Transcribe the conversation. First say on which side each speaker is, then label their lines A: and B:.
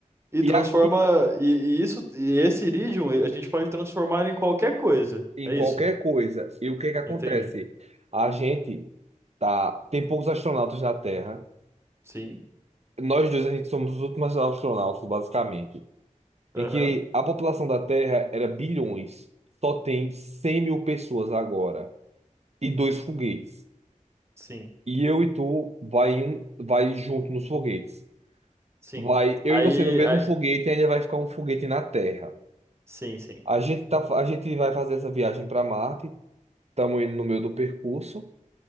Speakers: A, on the right; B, on the right.
A: e
B: E
A: transforma.
B: aqui,
A: E, e isso, e esse iridium, a gente pode transformar ele em qualquer coisa.
B: em
A: É
B: qualquer
A: isso.
B: coisa, e o que é que acontece?
A: Entende?
B: A gente Tá, tem poucos astronautas na Terra.
A: Sim.
B: Nós dois, a gente somos os últimos astronautas, basicamente. Em
A: Aham.
B: que a população da Terra era bilhões. Só tem cem mil pessoas agora. E dois foguetes.
A: Sim.
B: E eu e tu vai, em- vai junto nos foguetes.
A: Sim.
B: Vai eu
A: Aí,
B: e você no mesmo
A: aí.
B: foguete e ainda vai ficar um foguete na Terra.
A: Sim, sim.
B: A gente, tá, fa- a gente vai fazer essa viagem para Marte. Estamos indo no meio do percurso.